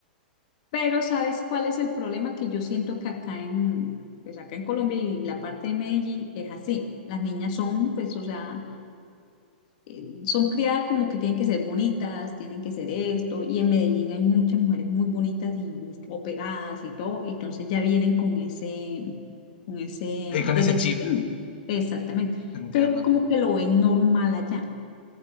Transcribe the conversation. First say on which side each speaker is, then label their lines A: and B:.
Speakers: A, on the left (about 40°); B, on the left (about 60°).
A: Pero ¿sabes cuál es el problema que yo siento que acá en, pues acá en Colombia y la parte de Medellín es así? Las niñas son, pues, o sea, eh, son criadas como que tienen que ser bonitas, tienen que ser esto, y en Medellín hay muchas mujeres muy bonitas y operadas y todo, y entonces ya vienen con ese, con ese,
B: Y con
A: desde
B: ese chip,
A: pequeño, exactamente.
B: entiendo.
A: Entonces como que lo ven normal allá,